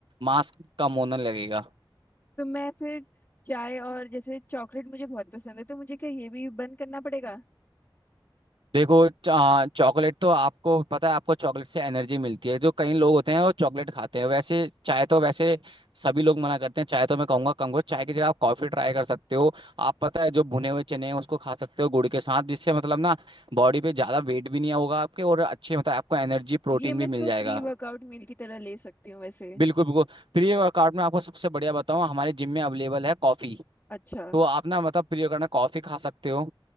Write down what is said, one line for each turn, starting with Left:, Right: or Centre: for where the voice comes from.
Right: मास कम होने लगेगा
Left: तो मैं फिर चाय और जैसे चॉकलेट मुझे बहुत पसंद है तो मुझे क्या ये भी बंद करना पड़ेगा
Right: देखो चॉकलेट तो आपको पता है आपको चॉकलेट से एनर्जी मिलती है जो कई लोग होते हैं वो चॉकलेट खाते हैं वैसे चाय तो वैसे सभी लोग मना करते हैं चाय तो मैं कहूंगा कम करो चाय की जगह आप कॉफी ट्राई कर सकते हो आप पता है जो भुने हुए चने हैं उसको खा सकते हो गुड़ के साथ जिससे मतलब ना बॉडी पे ज्यादा वेट भी नहीं होगा आपके और अच्छे मतलब आपको एनर्जी प्रोटीन
Left: ये मैं
Right: भी
Left: इसको
Right: मिल जाएगा
Left: प्री वर्कआउट मील की तरह ले सकती हूँ वैसे
Right: बिल्कुल बिल्कुल प्री वर्कआउट में आपको सबसे बढ़िया बताऊँ हमारे जिम में अवेलेबल है कॉफ़ी
Left: अच्छा
Right: तो आप ना मतलब प्री वर्कआउट में कॉफ़ी खा सकते हो